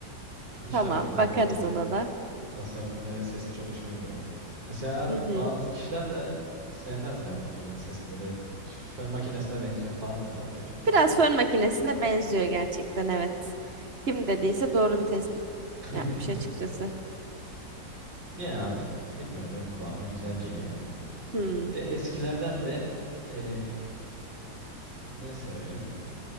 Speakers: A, on the right (about 35°); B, on the right (about 80°).
A: <laughs>
B: E, Hiç
A: Tamam.
B: fark etmiyor. Lamborghini'nin
A: Bakarız ona da.
B: tasarımı ve sesi çok hoşuma gidiyor benim. Mesela
A: Hı hı.
B: bazı kişiler de sevmez Lamborghini'nin sesini. Böyle fön makinesine benziyor falan der ama benim çok hoşuma
A: Biraz
B: gidiyor.
A: fön makinesine benziyor gerçekten evet. Kim dediyse doğru bir tespit
B: <laughs>
A: yapmış açıkçası.
B: Yani artık bilmiyorum benim kulağıma güzel geliyor.
A: Hmm.
B: Bir de eskilerden de e, ne severim?